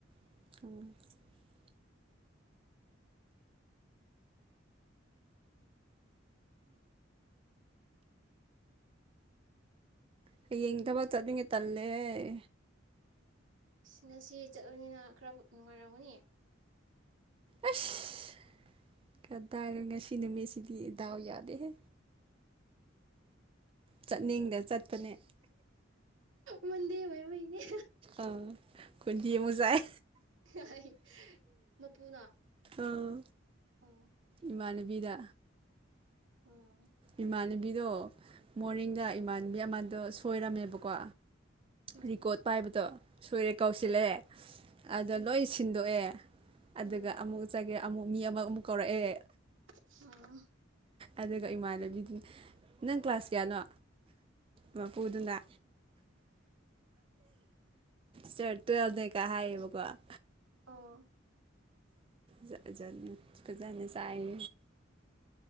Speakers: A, on the right; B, on the right.
A: <inaudible> ꯍꯌꯦꯡ ꯊꯕꯛ ꯆꯠꯅꯤꯡꯉꯦ ꯇꯜꯂꯦꯍꯦ
B: ꯢꯁ ꯉꯁꯤ ꯆꯠꯂꯕꯅꯤꯅ ꯈꯔ ꯅꯨꯡꯉꯥꯏꯔꯝꯒꯅꯤ
A: ꯑꯁ ꯀꯗꯥꯢ ꯉꯁꯤ ꯅꯨꯃꯤꯠꯁꯤꯗꯤ ꯗꯥꯎ ꯌꯥꯗꯦꯍꯦ
B: <inaudible> <inaudible>
A: ꯆꯠꯅꯤꯡꯗ ꯆꯠꯄꯅꯦ
B: ꯃꯟꯗꯦ ꯑꯣꯏꯕꯒꯤꯅꯦ
A: ꯑꯥ ꯈꯣꯟꯊꯤ ꯑꯃꯨꯛ ꯆꯥꯏ
B: <inaudible> ꯃꯄꯨꯅ
A: ꯑꯥ
B: ꯑꯣ
A: ꯏꯃꯥꯟꯅꯕꯤꯗ
B: ꯎꯝ
A: ꯏꯃꯥꯟꯅꯕꯤꯗꯣ ꯃꯣꯔꯅꯤꯡꯗ
B: ꯎꯝ
A: ꯏꯃꯥꯟꯅꯕꯤ ꯑꯃꯗꯣ ꯁꯨ ꯑꯣꯏꯔꯝꯃꯦꯕꯀꯣ
B: ꯎꯝ
A: ꯔꯦꯀꯣꯔꯠ ꯄꯥꯏꯕꯗꯣ ꯁꯣꯏꯔꯦ ꯀꯧꯁꯤꯜꯂꯦ ꯑꯗ
B: ꯎꯝ
A: ꯂꯣꯏ ꯁꯤꯟꯗꯣꯛꯑꯦ
B: ꯎꯝ
A: ꯑꯗꯨꯒ
B: ꯎꯝ
A: ꯑꯃꯨꯛ ꯆꯪꯉꯦ ꯑꯃꯨꯛ ꯃꯤ ꯑꯃ ꯃꯨꯛ ꯀꯧꯔꯛꯑꯦ
B: ꯑ
A: ꯑꯗꯨꯒ ꯏꯃꯥꯟ <unintelligible> ꯅꯪ ꯀ꯭ꯂꯥꯁ ꯀꯌꯥꯅꯣ ꯃꯄꯨꯗꯨꯅ ꯆꯠ ꯇꯨꯋꯦꯜꯕꯅꯦ ꯀꯥꯏ ꯍꯥꯏꯌꯦꯕꯀꯣ ꯑꯁ
B: ꯑꯣ
A: ꯖꯥꯠ ꯖꯥꯠꯅꯦ ꯐꯖꯟꯗꯤ ꯆꯥꯢꯍꯦ